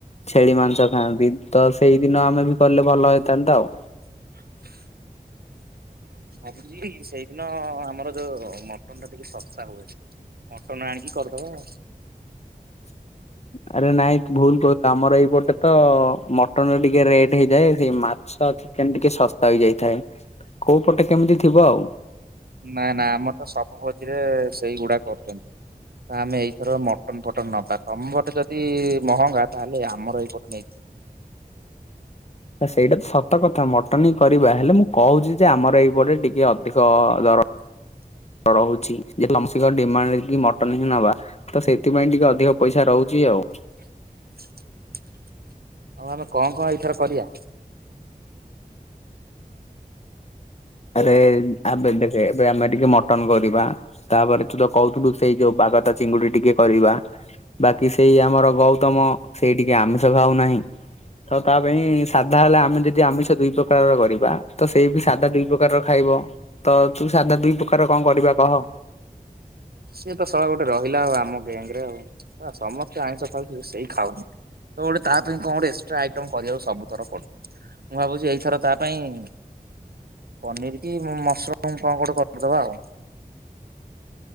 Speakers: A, on the left; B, on the right.
A: ଛେଳି ମାଂସ ଖାଆନ୍ତି। ତ ସେଇ ଦିନ ଆମେ ବି କଲେ ଭଲ ହଇଥାନ୍ତା ଆଉ।
B: <inaudible> ଭାବୁଚି ସେଇଦିନ ଆମର ଯୋଉ ମଟନଟା ଟିକେ ଶସ୍ତା ହୁଏ। ମଟନ ଆଣିକି କରିଦବା ଆଉ।
A: <inaudible> ଆରେ ନାଇଁ ଭୁଲ କହ ଆମର ଏଇପଟେ ତ ମଟନ ଟିକେ ରେଟ୍ ହେଇଯାଏ ସେ ମା ଛ, ଚିକେନ ଟିକେ ଶସ୍ତା ହୋଇଯାଇଥାଏ। କୋଉପଟେ କେମିତି ଥିବ ଆଉ।
B: ନାଇଁ ନା ଆମର ତ ସବୁ ଭୋଜିରେ ସେଇଗୁଡା କରୁଚନ୍ତି। ତ ଆମେ ଏଇଥର ମଟନ ଫଟନ ନବା। ତମପଟେ ଯଦି ମହଙ୍ଗା ତାହେଲେ ଆମର ଏଇପଟୁ ନେଇଯିବ।
A: ସେଇଟା ତ ସତ କଥା ମଟନ ହିଁ କରିବା। ହେଲେ ମୁଁ କହୁଚି ଯେ ଆମର ଏଇପଟେ ଟିକେ ଅଧିକ ଦର।
B: <inaudible>
A: ରହୁଚି। ସମସ୍ତିଙ୍କ ଡିମାଣ୍ଡକି ମଟନ ହିଁ ନବା। ତ ସେଥିପାଇଁ ଟିକେ ଅଧିକ ପଇସା ରହୁଚି ଆଉ।
B: <inaudible> ଆଉ ଆମେ କଣ କଣ ଏଇଥର କରିବା?
A: ଆରେ ଆବେବେ ଦେଖ ଏବେ ଆମେ ଟିକେ ମଟନ କରିବା, ତାପରେ ତୁ ତ କହୁଥିଲୁ ସେଇ ଯୋଉ ବା ଗଦା ଚିଙ୍ଗୁଡି ଟିକେ କରିବା। ବାକି ସେଇ ଆମର ଗୌତମ, ସେଇ ଟିକେ ଆମିଷ ଖାଉ ନାହିଁ। ତ ତା ପାଇଁ ସାଧା ହେଲେ ଆମେ ଯଦି ଆମିଷ ଦୁଇ ପ୍ରକାରର କରିବା ତ ସେଇ ବି ସାଧା ଦୁଇ ପ୍ରକାର ପ୍ରକାର ଖାଇବ ତ ତୁ ସାଧା ଦୁଇ ପ୍ରକାର କଣ କରିବା କହ?
B: ସିଏତ ଶଳା ଗୋଟେ ରହିଲା ଆଉ ଆମ ଗେଙ୍ଗରେ ଆଉ। ଶଳା ସମସ୍ତେ ଆଇଁଷ ଖାଉଚୁ ସେଇ ଖାଉନି। ତ ଗୋଟେ ତା ପାଇଁ କଣ ଗୋଟେ ଏକ୍ସଟ୍ରା ଆଇଟମ କରିବାକୁ ସବୁଥର ପଡୁଚି। ମୁଁ ଭାବୁଚି ଏଇଥର ତା ପାଇଁ ପନିର କି ମସରୁମ କଣ କୋଉଠି କରିଦବା ଆଉ।